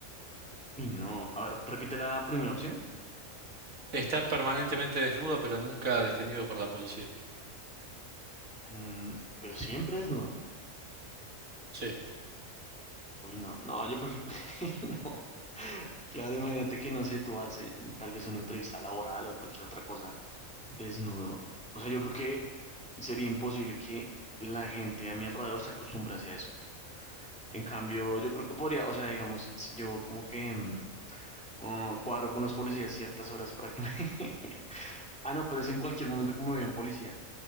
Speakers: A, in the centre; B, on the right.
A: uy, no. A ver, repite la primera opción.
B: Estar permanentemente desnudo pero nunca detenido por la policía.
A: Mm, pero siempre es dudo.
B: Sí.
A: Uy, no, no, yo prefiero, <laughs> no. Claro, imagínate que no sé, tú haces tal vez una entrevista laboral o cualquier otra cosa desnudo. O sea, yo creo que sería imposible que la gente a mi alrededor se acostumbrase a eso. En cambio, yo creo que podría, o sea, digamos, si yo como que mm, oh, cuadro con los policías ciertas horas para que me... <laughs> Ah, no, pero es en cualquier momento que me vea un policía,